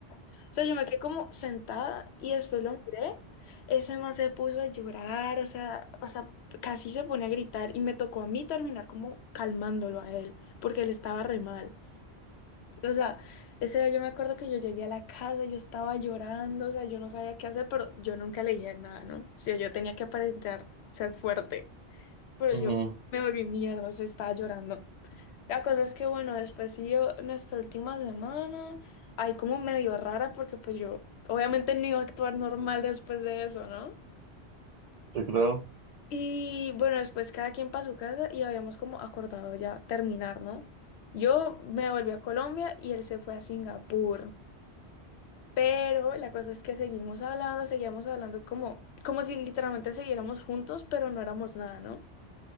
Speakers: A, on the left (about 75°); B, on the right (about 55°).
A: O sea, yo me quedé como sentada y después lo miré. Ese man se puso a llorar, o sea, o sea, casi se pone a gritar y me tocó a mí terminar como calmándolo a él, porque él estaba re mal. O sea, ese día yo me acuerdo que yo llegué a la casa, yo estaba llorando, o sea, yo no sabía qué hacer, pero yo nunca le dije nada, ¿no? O sea, yo tenía que aparentar ser fuerte, pero
B: Ujú,
A: yo me volví mierda, o sea, estaba llorando. La cosa es que, bueno, después siguió nuestra última semana, ahí como medio rara, porque pues yo obviamente no iba a actuar normal después de eso, ¿no?
B: Yo creo.
A: Y bueno, después cada quien para su casa y habíamos como acordado ya terminar, ¿no? Yo me volví a Colombia y él se fue a Singapur. Pero la cosa es que seguimos hablando, seguíamos hablando como, como si literalmente siguiéramos juntos, pero no éramos nada, ¿no?